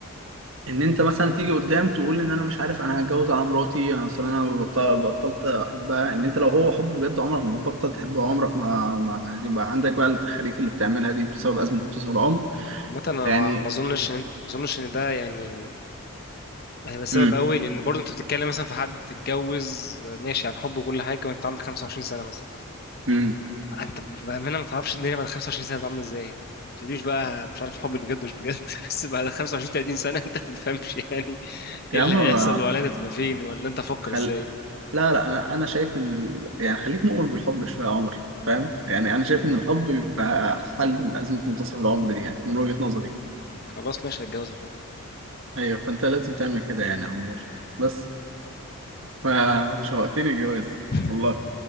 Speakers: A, on the right; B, on the left.
A: ان انت مثلا تيجي قدام تقول ان انا مش عارف انا هتجوز على مراتي انا اصل انا بطل- بطلت احبها ان انت لو هو حب بجد عمرك ما هتبطل تحبه عمرك ما ما هيبقى عندك بقى التخاريف اللي بتعملها دي بسبب ازمه امتصاص العمر
B: عامة انا
A: يعني
B: ما ما اظنش ان ما اظنش ان ده يعني هيبقى سبب
A: امم
B: قوي لان برضه انت بتتكلم مثلا في حد اتجوز ماشي عن حب وكل حاجه وانت عندك 25 سنه مثلا
A: امم
B: انت بامانه ما تعرفش الدنيا بعد 25 سنه هتبقى عامله ازاي يعني ما تقوليش بقى مش عارف حب بجد مش بجد <laughs> بس بعد 25 30 سنه انت ما تفهمش يعني ايه
A: يا
B: اللي
A: عم
B: هيحصل
A: ما-
B: ولا انت تبقى فين ولا انت فكر
A: خل
B: ازاي
A: لا لا انا انا شايف ان ال... يعني خليك مؤمن بالحب شويه يا عمر فاهم يعني انا شايف ان الحب بيبقى حل لازمه منتصف العمر دي يعني من وجهه نظري
B: خلاص ماشي هتجوز عن حب
A: ايوه فانت لازم تعمل كده يعني يا عمور بس فشوقتني الجواز
B: <laughs>
A: والله